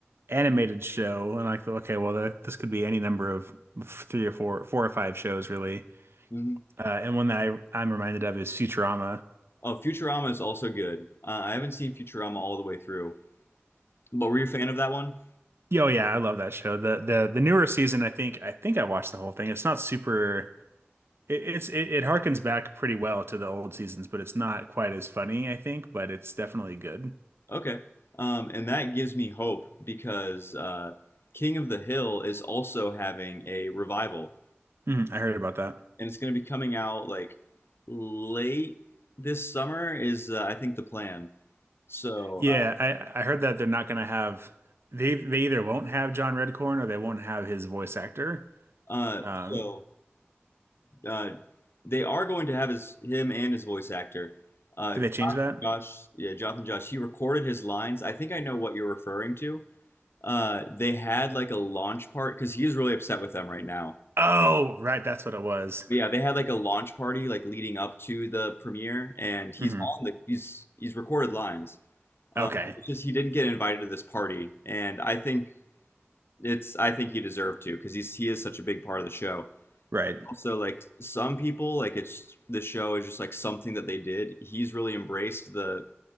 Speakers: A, on the right; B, on the left.
A: animated show, and like, okay, well, that, this could be any number of three or four, four or five shows, really.
B: mhm.
A: Uh, and one that I I'm reminded of is Futurama.
B: Oh, Futurama is also good. Uh, I haven't seen Futurama all the way through, but were you a fan of that one?
A: Yeah, Oh yeah, I love that show. The the the newer season, I think I think I watched the whole thing. It's not super it, it's it, it harkens back pretty well to the old seasons, but it's not quite as funny, I think, but it's definitely good.
B: Okay. Um, and that gives me hope because uh, King of the Hill is also having a revival,
A: Mhm, I heard about that.
B: and it's going to be coming out like late this summer is uh, I think the plan. So,
A: Yeah,
B: uh,
A: I I heard that they're not gonna have they they either won't have John Redcorn or they won't have his voice actor.
B: uh,
A: Um,
B: so uh, they are going to have his him and his voice actor. Uh,
A: did
B: Jonathan
A: they change that?
B: Josh, yeah, Jonathan Josh. He recorded his lines. I think I know what you're referring to. Uh, they had like a launch part because he is really upset with them right now
A: Oh, right, that's what it was.
B: Yeah, they had like a launch party like leading up to the premiere, and he's
A: hmm
B: on the he's he's recorded lines. Uh,
A: Okay,
B: it's just he didn't get invited to this party, and I think it's I think he deserved to because he's he is such a big part of the show.
A: right.
B: Also, like some people, like it's the show is just like something that they did. He's really embraced the